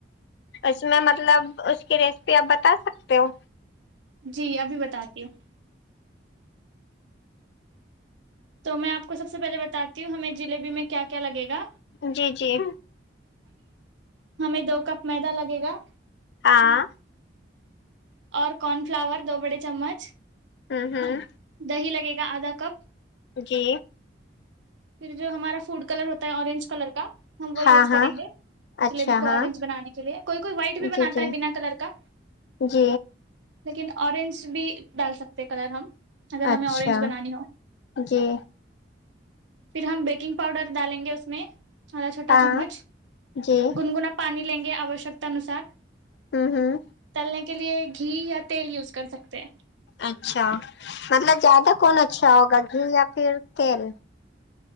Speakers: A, on the left; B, on the right.
A: اس میں مطلب اس کی ریسیپی آپ بتا سکتے ہو
B: جی ابھی بتاتی ہوں تو میں آپ کو سب سے پہلے بتاتی ہوں ہمیں جلیبی میں کیا کیا لگے گا
A: جی جی
B: ہمیں دو کپ میدا لگے گا
A: آں
B: اور کارن فلاور دو بڑے چمچ
A: ہوں ہوں
B: دہی لگے گا آدھا کپ
A: جی
B: پھر جو ہمارا فوڈ کلر ہوتا ہے اورنج کلر کا ہم وہ
A: ہاں
B: یوز
A: ہاں
B: کریں گے
A: اچھا
B: جلیبی کو آرنج
A: ہاں
B: بنانے کےلئے کوئی کوئی وائٹ بھی
A: جی
B: بناتا
A: جی
B: ہے بنا کلر کا
A: جی
B: لیکن آرنج بھی ڈال سکتے کلر ہم اگر
A: اچھا
B: ہمیں اورینج بنانی ہو
A: جی
B: پھر ہم بیکنگ پاؤڈر ڈالیں گے اس میں آدھا چھوٹا
A: ہاں
B: چمچ
A: جی
B: گن گنا پانی لیں گے آوشکتا ا نوسار
A: ہوں ہوں
B: تلنے کے لیے گھی یا تیل یوز کر سکتے
A: اچھا مطلب زیادہ کون اچھا ہوگا گھی یا پھر تیل